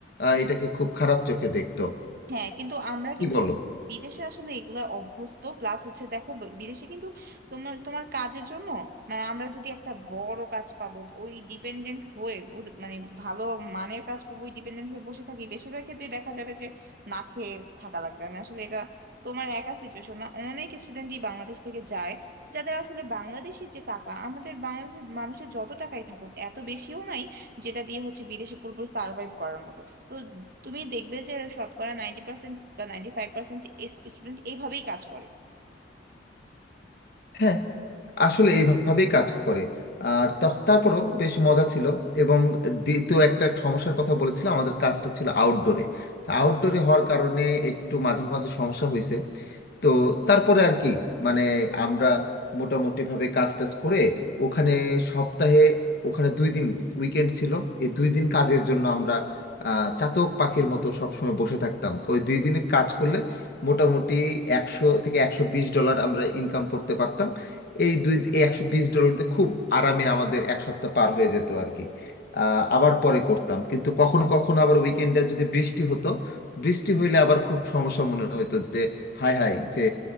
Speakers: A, on the left (about 55°); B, on the right (about 55°).
A: আহ, এটাকে খুব খারাপ চোখে দেখতো
B: হ্যাঁ কিন্তু আমরা
A: কি
B: কিন্তু
A: বলো
B: বিদেশে আসলে এগুলা অভ্যস্ত প্লাস হচ্ছে দেখো ব- বিদেশে কিন্তু তোমার তোমার কাজের জন্য মানে আমরা যদি একটা বড় কাজ পাবো ওই ডিপেন্ডেন্ট হয়ে বুঝ- মানে ভালো মানের কাজ পাবো ওই ডিপেন্ডেন্ট হয়ে বসে থাকি বেশিরভাগ ক্ষেত্রে দেখা যাবে যে না খেয়ে থাকা লাগবে আমি আসলে এটা তোমার একা সিচুয়েশন না অনেক স্টুডেন্টই বাংলাদেশ থেকে যায় যাদের আসলে বাংলাদেশি যে টাকা আমাদের বাংলাদেশের মানুষের যত টাকাই থাকুক এত বেশিও নাই যেটা দিয়ে হচ্ছে বিদেশে পুরোপুরি সার্ভাইভ করার মতো তো তুমি দেখবে যে শতকরা নাইনটি পার্সেন্ট বা নাইনটি ফাইভ পার্সেন্ট স্টুডেন্ট এইভাবেই কাজ করে
A: হ্যাঁ আসলে এইভাবেই কাজ করে আর তখ- তারপরও বেশ মজা ছিল এবং দ্বিতীয় একটা সমস্যার কথা বলেছিলাম আমাদের কাজটা ছিল আউটডোরে তা আউটডোরে হওয়ার কারণে একটু মাঝে মাঝে সমস্যা হয়েছে তো তারপরে আর কি মানে আমরা মোটামুটি ভাবে কাজ টাজ করে ওখানে সপ্তাহে ওখানে দুই দিন উইকেন্ড ছিল এই দুই দিন কাজের জন্য আমরা আহ, চাতক পাখির মতো সবসময় বসে থাকতাম ওই দুই দিনে কাজ করলে মোটামুটি একশো থেকে একশো বিশ ডলার আমরা ইনকাম করতে পারতাম এই দুই একশো বিশ ডলার দিয়ে খুব আরামে আমাদের এক সপ্তাহ পার হয়ে যেত আর কি আহ, আবার পরে করতাম কিন্তু কখনো কখনো আবার উইকেন্ডে যদি বৃষ্টি হতো বৃষ্টি হইলে আবার খুব সমস্যা মনে হতো যে হাই হাই যে